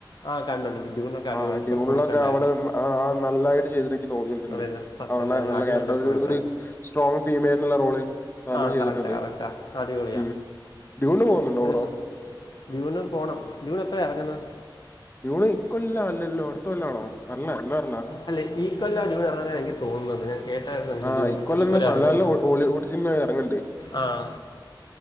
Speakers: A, on the left (about 60°); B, on the left (about 30°).
A: ആ കണ്ടുണ്ട് ഡ്യൂണൊക്കെ അടിപൊളി
B: ആഹ് ഡ്യൂണിലൊക്കെ
A: പെർഫോമൻസ് അല്ലായിരുന്നു
B: അവള് ആഹ് ആഹ് നല്ലായിട്ട് ചെയ്തി തോന്നിയിട്ടുണ്ട്
A: അവര് സത്യം
B: അവളെ നല്ല
A: അടിപൊളി
B: <unintelligible>
A: പെർഫോമൻസ് ആയിരുന്നു
B: സ്ട്രോങ് ഫീമെൽ എന്നുള്ള റോള് നല്ലോണം
A: ആ
B: ചെയ്തിട്ടുണ്ട്
A: കറക്റ്റാ കറക്റ്റാ അടിപൊളിയാ
B: ഉം ഡ്യൂണ് പോകുന്നുണ്ടോ
A: <unintelligible>
B: ബ്രോ?
A: ജൂണിൽ പോണം ജൂൺ എപ്പോഴണ് ഇറങ്ങുന്നത്
B: ജൂൺ ഇക്കൊല്ലം അല്ലല്ലോ അടുത്ത കെല്ലാണോ അല്ല എല്ലാ അല്ല
A: അല്ലേ ഈ കെല്ല <unintelligible> <unintelligible> എനിക്ക് തോന്നുന്നത് കേട്ടായിരുന്നുടി
B: ആഹ് ഇക്കൊല്ലം
A: ഈ
B: എന്നാ
A: കൊല്ലം
B: നല്ല
A: ഇറങ്ങുന്നു
B: നല്ല ഹോളിവുഡ് സിനിമ എറങ്ങണ്ട്.
A: ആഹ്